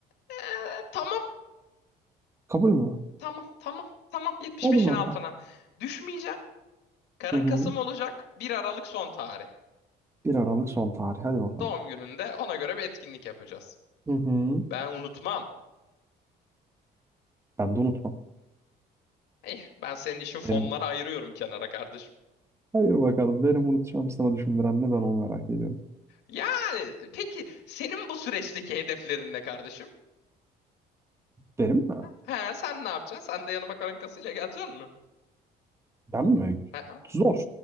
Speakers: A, on the left (about 80°); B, on the right (about 15°).
A: Ee, tamam
B: Kabul mü?
A: tamam tamam tamam 75'in
B: Hadi bakalım.
A: altına düşmeyeceğim. Karın
B: Hı hı.
A: Kasım olacak 1 Aralık son tarih.
B: 1 Aralık son tarih. Hadi bakalım.
A: Doğum gününde ona göre bir etkinlik yapacağız.
B: Hı hı.
A: Ben unutmam.
B: Ben de unutmam.
A: Eh, ben senin için fonları
B: Benim.
A: ayırıyorum kenara kardeşim.
B: Hayır bakalım. Benim unutacağım sana düşündüren ne ben onu merak ediyorum.
A: Yani peki senin bu süreçteki hedeflerin ne kardeşim?
B: Benim mi?
A: Ha, sen ne yapacaksın? Sen de yanıma karın kasıyla geleceksin mi?
B: Ben mi?
A: Ha, ha.
B: Zor.